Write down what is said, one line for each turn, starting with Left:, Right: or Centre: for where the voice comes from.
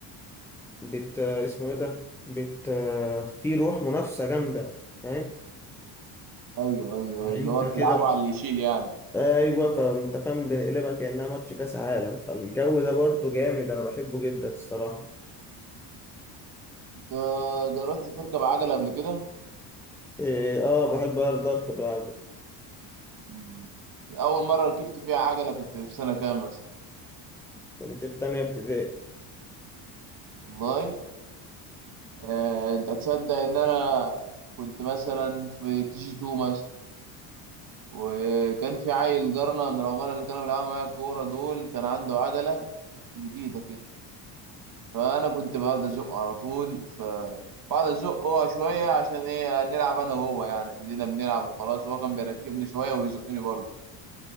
Centre: بت اسمه ايه ده بت في روح منافسة جامدة فاهم
Right: أيوه أيوه
Centre: يعني
Right: اللي
Centre: انت
Right: هو بتلعبه
Centre: كده
Right: على اللي يشيل يعني
Centre: ايوه فانت فاهم بنقلبها كأنها ماتش كاس عالم فالجو ده برضه جامد انا بحبه جدا الصراحة
Right: آه، جربت تركب عجلة قبل كده
Centre: إيه اه بحب ارض دارك بقى.
Right: مم. أول مرة ركبت فيها عجلة كنت في سنة كام مثلا
Centre: كنت في تانية ابتدائي
Right: والله آه، أنت تصدق إن أنا كنت مثلا في كي جي 2 وكان في عيل جارنا من العمارة اللي كانوا بيلعبوا معايا الكورة دول كان عنده عجلة جديدة كده فأنا كنت بقعد أزقه على طول فبقعد أزقه شوية عشان إيه نلعب أنا وهو يعني عندنا بنلعب وخلاص وهو كان بيركبني شوية ويزقني برضه